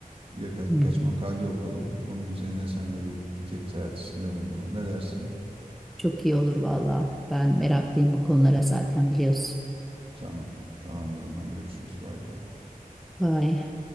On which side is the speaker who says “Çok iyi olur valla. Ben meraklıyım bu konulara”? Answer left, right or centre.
Centre